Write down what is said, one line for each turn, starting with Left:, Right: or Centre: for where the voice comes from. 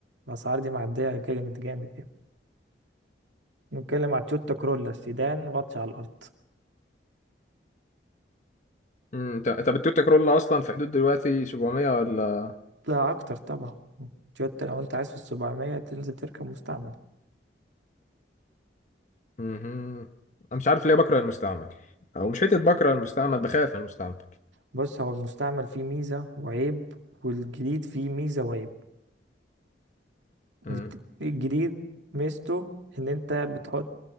Right: الأسعار دي معدية جامد جامد يعني نتكلم على تويوتا كرولا سيدان واطي على الأرض
Left: مم، ط- طب التويوتا كرولا اصلا في حدود دلوقتي 700 ولا
Right: ده اكتر طبعا تويوتا لو انت عايز في السبعمية تنزل تركب مستعمل
Left: مهم. انا مش عارف ليه بكره المستعمل او مش حته بكره المستعمل بخاف من المستعمل
Right: بص هو المستعمل فيه ميزة وعيب والجديد فيه ميزة وعيب
Left: مم.
Right: إن الت- الجديد ميزته ان انت بتحط